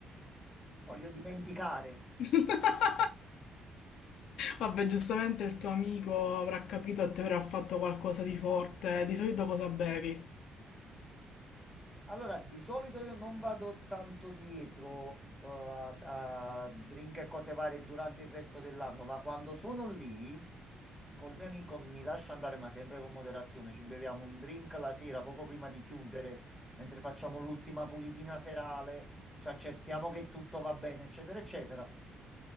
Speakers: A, in the centre; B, on the left (about 80°).
A: Voglio dimenticare.
B: <laughs> Vabbè, giustamente il tuo amico avrà capito e ti avrà fatto qualcosa di forte. Di solito cosa bevi?
A: Allora, di solito io non vado tanto dietro eh, a, a drink e cose varie durante il resto dell'anno, ma quando sono lì col mio amico mi lascio andare, ma sempre con moderazione. Ci beviamo un drink la sera, poco prima di chiudere, mentre facciamo l'ultima pulitina serale, ci accertiamo che tutto va bene, eccetera, eccetera.